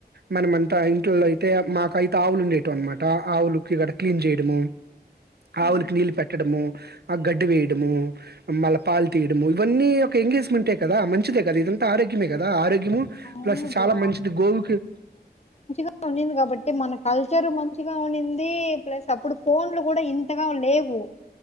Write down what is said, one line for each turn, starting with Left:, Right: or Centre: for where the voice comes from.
Right: మనమంతా ఈ ట్లో అయితే మాకైతే ఆవులు ఉండేటివి అనమాట ఆవులుకి ఇక్కడ క్లీన్ చేయడము ఆవులికి
Left: ఆ
Right: నీళ్ళు పెట్టడము ఆ గడ్డి వేయడము మళ్ళీ పాలు తీయడము ఇవన్నీ ఒక ఎంగేజ్మెంటే కదా మంచిదే కదా ఇదంతా ఆరే ఆరోగ్యమే కదా ఆరోగ్యము
Left: అవును
Right: ప్లస్ చాలా
Left: బ్రో
Right: మంచిది గోవుకి
Left: <unintelligible> ఉన్నింది కాబట్టి మన కల్చర్ మంచిగా ఉన్నింది ప్లస్ అప్పుడు ఫోన్లు కూడా ఇంతగా లేవు వు